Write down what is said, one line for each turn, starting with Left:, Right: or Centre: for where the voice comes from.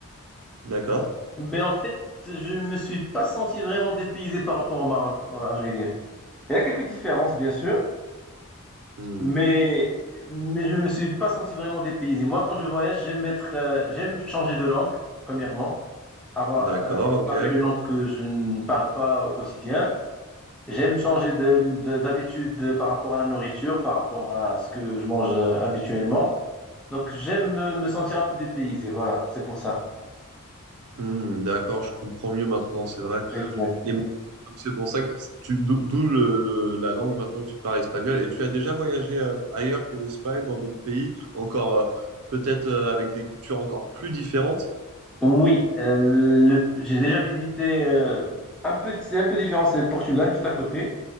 Right: D'accord.
Centre: mais en fait je me suis pas senti vraiment dépaysé par rapport au Maroc, à vrai dire. Il y a quelques différences bien sûr,
Right: Hmm,
Centre: mais, mais je ne me suis pas senti vraiment dépaysé. Moi, quand je voyage, j'aime être, euh, j'aime changer de langue, premièrement, avoir
Right: d'accord,
Centre: euh,
Right: ok.
Centre: parlé une langue que je ne parle pas au quotidien. J'aime changer de- de- d'habitude par rapport à la nourriture, par rapport à ce que je mange euh, habituellement. Donc, j'aime me, me sentir un peu dépaysé, voilà, c'est pour ça.
Right: Hmm, d'accord, je comprends mieux maintenant, c'est vrai.
Centre: Exact.
Right: Et donc c'est pour ça que tu, d'o- d'où le- le- la langue maintenant que tu parles espagnol. Et tu as déjà voyagé euh, ailleurs que l'Espagne, dans d'autres pays, encore euh, peut-être euh, avec des cultures encore plus différentes?
Centre: Oui, euh, le- j'ai déjà visité euh, un peu, c'est un peu différent, c'est le Portugal juste à côté,